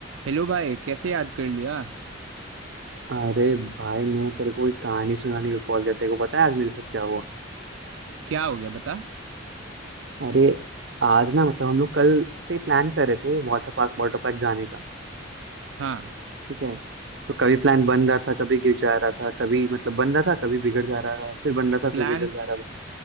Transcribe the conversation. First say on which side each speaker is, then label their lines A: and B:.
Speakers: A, on the right (about 85°); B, on the right (about 65°).
A: Hello भाई कैसे याद कर लिया
B: अरे भाई मैं तेरे को एक कहानी सुनाने को कॉल करते को पता है आज मेरे साथ क्या हुआ
A: क्या हो गया बता
B: अरे आज ना मतलब हम लोग कल से प्लान कर रहे थे वाटर पार्क वाटर पार्क जाने का
A: हाँ
B: ठीक है तो कभी प्लान बन रहा था कभी गिर जा रहा था कभी मतलब बन रहा था कभी बिगड़ जा रहा था फिर बन रहा था
A: प्लान्स
B: फिर बिगड़ जा रहा था